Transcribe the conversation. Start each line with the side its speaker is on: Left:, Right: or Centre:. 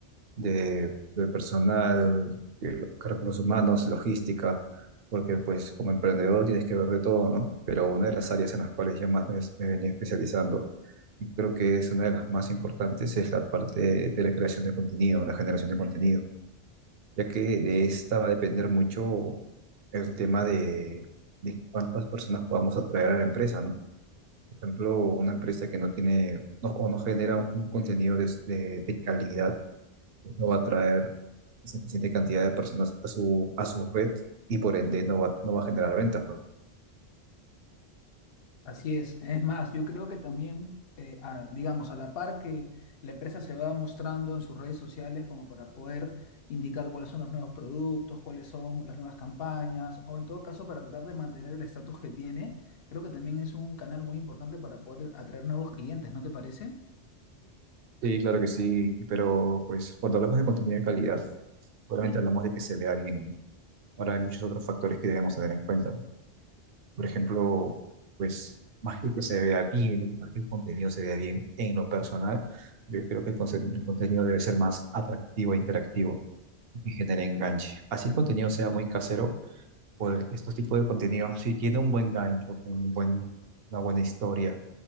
Right: de- del personal, eh, recursos humanos, logística, porque pues como emprendedor tienes que ver de todo, ¿no? Pero una de las áreas en las cuales yo más me, me venía especializando, y creo que es una de las más importantes, es la parte de la creación de contenido, la generación de contenido ya que de esta va a depender mucho el tema de, de cuántas personas podamos atraer a la empresa, ¿no? Por ejemplo, una empresa que no tiene no, o no genera un contenido de, de- de calidad, pues no va a atraer suficiente cantidad de personas a su, a su red y por ende no va, no va a generar ventas, ¿no?
Left: Así es. Es más, yo creo que también, eh, a- digamos, a la par que la empresa se va mostrando en sus redes sociales como para poder indicar cuáles son los nuevos productos, cuáles son las nuevas campañas, o en todo caso para tratar de mantener el estatus que tiene, creo que también es un canal muy importante para poder atraer nuevos clientes, ¿no te parece?
Right: Sí, claro que sí, y- pero pues cuando hablamos de contenido de calidad, solamente hablamos de que se vea bien. Ahora hay muchos otros factores que debemos tener en cuenta. Por ejemplo, pues más que que se vea bien, más que el contenido se vea bien en lo personal, yo creo que el, conce- el contenido debe ser más atractivo e interactivo y que genere enganche. Así el contenido sea muy casero, pues estos tipos de contenidos, si tiene un buen gancho, un buen, una buena historia,